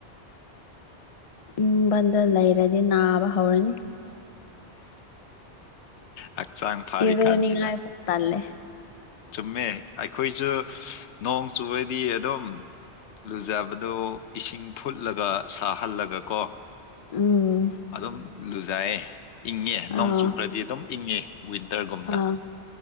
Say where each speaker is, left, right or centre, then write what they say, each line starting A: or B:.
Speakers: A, on the left; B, on the left.
A: ꯏꯪꯕꯟꯗ ꯂꯩꯔꯗꯤ ꯅꯥꯕ ꯍꯧꯔꯅꯤ
B: ꯍꯛꯆꯥꯡ ꯐꯥꯔꯤꯀꯥꯟꯁꯤꯗ
A: ꯏꯔꯨꯅꯤꯡꯉꯥꯏ <unintelligible>
B: ꯆꯨꯝꯃꯦ ꯑꯩꯈꯣꯏꯁꯨ ꯅꯣꯡ ꯆꯨꯕꯗꯤ ꯑꯗꯨꯝ ꯂꯨꯖꯕꯗꯣ ꯏꯁꯤꯡ ꯐꯨꯠꯂꯒ ꯁꯥꯍꯜꯂꯒ ꯀꯣ
A: ꯎꯝ
B: ꯑꯗꯨꯝ ꯂꯨꯖꯥꯏꯌꯦ ꯏꯪꯉꯦ ꯅꯣꯡꯆꯨꯈ꯭ꯔꯗꯤ
A: ꯑꯥ
B: ꯑꯗꯨꯝ ꯏꯪꯉꯦ ꯋꯟꯇꯔꯒ
A: ꯑꯥ